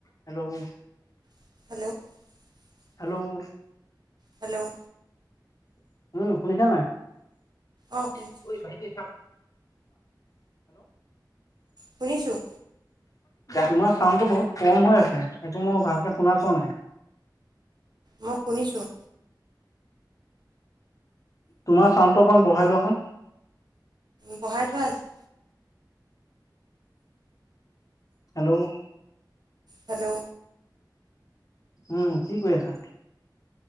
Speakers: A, on the left (about 45°); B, on the right (about 60°).
A: হেল্ল'
B: <unintelligible>
A: হেল্ল'
B: হেল্ল'
A: উম শুনিছা নাই?
B: অঁ
A: <unintelligible>
B: শুনিছোঁ
A: হেল্ল'
B: শুনিছোঁ
A: তোমাৰ চাউণ্ডটো বহুত কম হৈ আছে। সেইটো মই ভালকে শুনা পোৱা নাই।
B: মই শুনিছোঁ।
A: তোমাৰ চাউণ্ডটো অকমান বঢ়াই লোৱাচোন।
B: বঢ়াই থোৱা আছে।
A: Hello
B: hello.
A: উম কি কৰি আছা?